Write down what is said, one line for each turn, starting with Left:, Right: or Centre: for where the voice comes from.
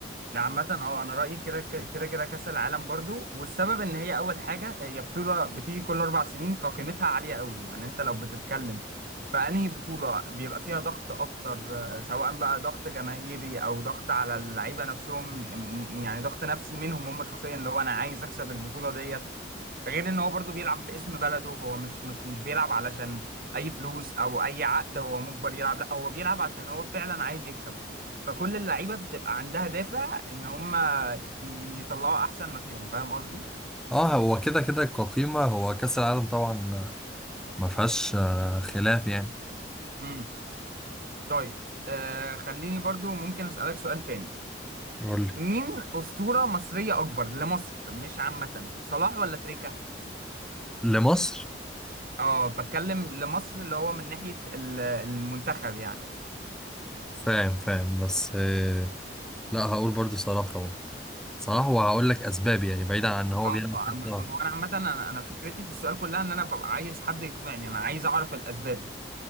Right: لا عامة اه انا رأيي كده كده كده كأس العالم برضو والسبب ان هي اول حاجة هي بطولة بتيجي كل اربع سنين فقيمتها عالية قوي يعني انت لو بتتكلم فأنهي بطولة بيبقى فيها ضغط اكتر آه، سواء بقى ضغط جماهيري او ضغط على اللعيبة نفسهم من- يعني ضغط نفسي منهم هم شخصيا اللي هو انا عايز اكسب البطولة ديت غير ان هو برضو بيلعب باسم بلده هو مش مش مش بيلعب علشان اي فلوس او اي عقد هو مجبر يلعب لا هو بيلعب عشان هو فعلا عايز يكسب فكل اللعيبه بتبقى عندها دافع ان هم يطلعوا احسن ما فيهم فاهم قصدي
Centre: اه هو كده كده كقيمة هو كأس العالم طبعا ما فيهاش آه، خلاف يعني
Right: امم طيب آه خليني برضو ممكن اسالك سؤال تاني
Centre: قول لي
Right: مين اسطوره مصريه اكبر لمصر مش عامه صلاح ولا تريكا
Centre: لمصر
Right: اه بتكلم لمصر اللي هو من ناحيه ال- المنتخب يعني
Centre: فاهم فاهم بس آه، لا هقول برضو صلاح طبعا صلاح وهقول لك اسباب يعني بعيدا عن ان هو
Right: اه
Centre: بيلعب
Right: اما
Centre: حتى
Right: أما انا عامه انا انا فكرتي في السؤال كلها ان انا ببقى عايز حد يقنعني انا عايز اعرف الاسباب